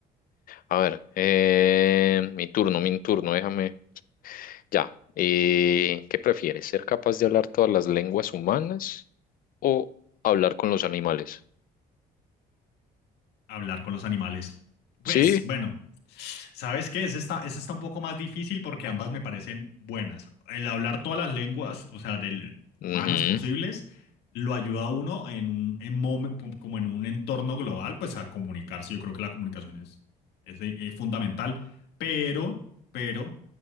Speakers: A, on the left (about 55°); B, on the left (about 80°).
A: A ver, eh, mi turno, mi turno, déjame. Ya. Eh, ¿qué prefieres? ¿Ser capaz de hablar todas las lenguas humanas o hablar con los animales?
B: Hablar con los animales.
A: Sí.
B: Pues, bueno, ¿sabes qué? Ese está, ese está un poco más difícil porque ambas me parecen buenas. El hablar todas las lenguas, o sea, del,
A: Ujú,
B: humanas posibles, lo ayuda a uno en un, en momen- como en un entorno global, pues a comunicarse. Yo creo que la comunicación es, es, eh, fundamental, pero, pero